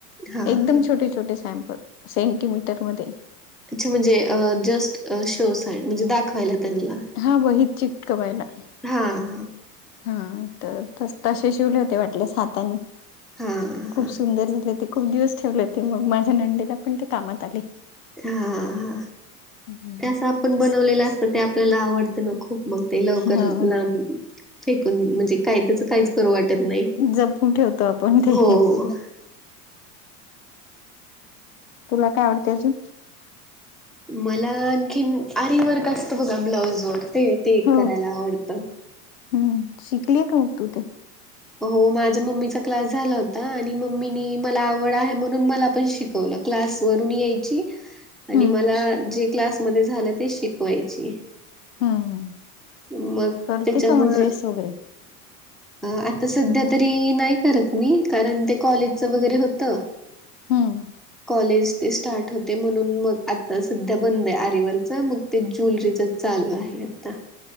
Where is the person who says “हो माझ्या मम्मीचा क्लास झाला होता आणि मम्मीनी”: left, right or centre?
Centre